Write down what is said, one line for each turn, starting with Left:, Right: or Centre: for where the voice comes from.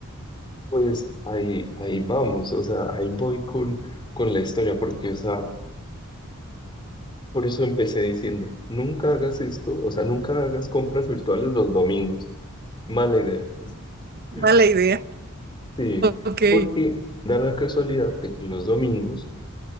Left: Pues ahí, ahí vamos, o sea, ahí voy con, con la historia, porque, o sea, por eso empecé diciendo, nunca hagas esto, o sea, nunca hagas compras virtuales los domingos. Mala idea. <laughs>
Right: Mala idea.
Left: Sí,
Right: Ok, sí,
Left: porque da la casualidad de que los domingos